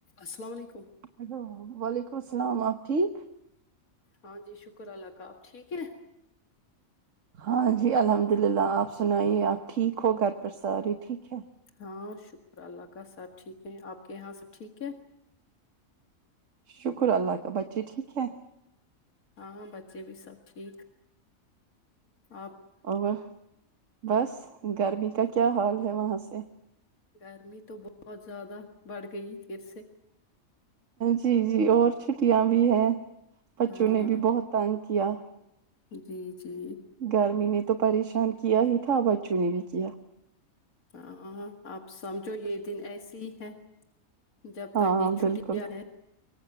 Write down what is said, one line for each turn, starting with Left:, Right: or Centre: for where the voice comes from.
Left: السلام علیکم
Right: ہیلو وعلیکم السلام آپ ٹھیک
Left: ہاں جی شکر اللہ کا آپ ٹھیک ہے
Right: ہاں جی الحمد للہ آپ سنائیے آپ ٹھیک ہو گھر پر ساری ٹھیک ہے
Left: ہاں شکر اللہ کا سب ٹھیک ہے آپ کے یہاں سب ٹھیک ہے
Right: شکر اللہ کا بچے ٹھیک ہے
Left: ہاں بچے بھی سب ٹھیک ا
Right: اور بس گرمی کا کیا حال ہے وہاں سے
Left: گرمی تو بہت زیادہ بڑھ گئی پھر سے
Right: جی جی اور چھٹیاں بھی ہیں بچوں
Left: ہاں
Right: نے بھی بہت تانگ کیا
Left: جی جی
Right: گرمی نے تو پریشان کیا ہی تھا بچوں نے بھی کیا
Left: ہاں آپ سمجھو یہ دن ایسی ہی ہے جب
Right: ہاں
Left: تک یہ چھٹیاں
Right: بالکل
Left: ہے